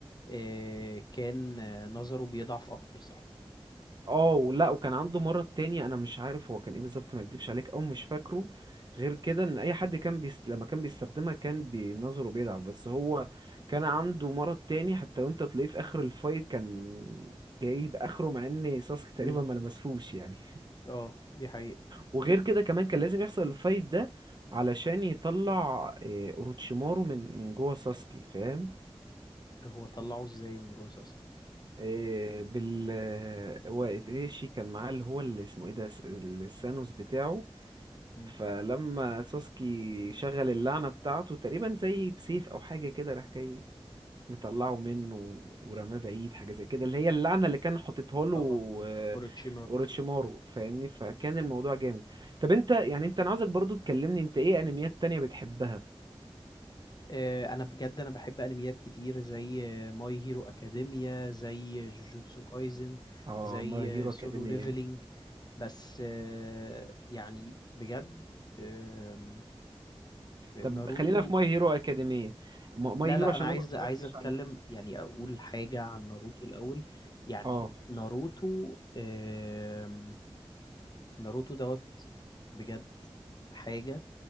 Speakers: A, on the left; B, on the right.
A: آه، كان آه، نظره بيضعف اكتر صح
B: اه ولا وكان عنده مرض تاني انا مش عارف هو كان ايه بالظبط ما اكدبش عليك او مش فاكره غير كده ان اي حد كان بيست... لما كان بيستخدمها كان بنظره بيضعف بس هو كان عنده مرض تاني حتى وانت تلاقيه في اخر الفايت كان جايب اخره مع ان ساسكي تقريبا
A: امم
B: ما لمسهوش يعني
A: اه دي حقيقة
B: وغير كده كمان كان لازم يحصل الفايت ده علشان يطلع إيه، اوروتشيمارو من من جوه ساسكي فاهم
A: هو طلعه ازاي من جوه ساسكي
B: إيه، بال آه، هو ايتاشي كان معاه اللي هو اللي اسمه ايه ده س- السانوس بتاعه
A: امم
B: فلما ساسكي شغل اللعنة بتاعته تقريبا زي بسيف او حاجة كده راح جاي مطلعه منه ورماه بعيد حاجة زي كده اللي هي اللعنة اللي كان حاططها له
A: اه
B: آه،
A: اوروتشيمارو
B: اوروتشيمارو فاهمني فكان الموضوع جامد طب انت يعني انت انا عاوزك برضو تكلمني انت ايه انميات تانية بتحبها
A: آه، انا بجد انا بحب انميات كتير زي آه، ماي هيرو اكاديميا زي آه، جوجوتسو كايزن
B: اه
A: زي
B: ماي هيرو
A: آه، سولو
B: اكاديمية
A: ليفلينج بس آه، يعني بجد آم،
B: طب
A: ناروتو
B: خلينا في ماي هيرو اكاديمية ماي
A: لا
B: هيرو
A: لا
B: عشان
A: انا عايز
B: انا ما اتفرجتش
A: عايز اتكلم
B: عليه
A: يعني اقول حاجة عن ناروتو الاول يعني
B: اه
A: ناروتو آم، ناروتو دوت بجد حاجة